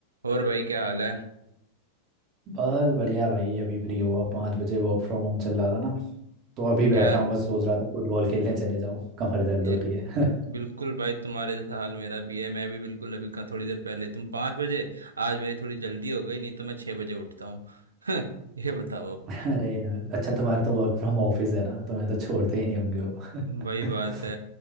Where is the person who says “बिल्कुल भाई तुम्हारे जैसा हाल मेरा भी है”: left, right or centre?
Right